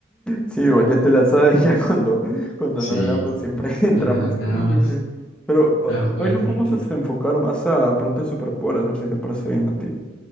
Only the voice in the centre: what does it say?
sí, igual ya te la sabes, <laughs> ya cuando, cuando
no hablamos siempre <laughs> entramos
con
el jefe. Pero o-
o- hoy lo
podemos
este, enfocar más a preguntas superpoderes, a ver si te parece bien a ti.